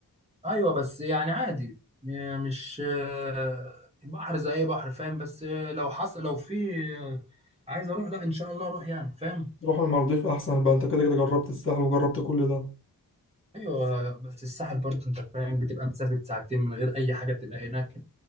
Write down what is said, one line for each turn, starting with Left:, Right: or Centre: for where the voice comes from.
Right: ايوه بس يعني عادي م- مش آه، بحر زي اي بحر فاهم بس آه، لو حصل لو في آه، عايز اروح لا ان شاء الله اروح يعني فاهم
Left: روح المالديف أحسن بقى أنت كده كده جربت الساحل وجربت كل ده
Right: ايوه بس الساحل برضه انت فاهم بتبقى مسافة ساعتين من غير اي حاجة بتبقى هناك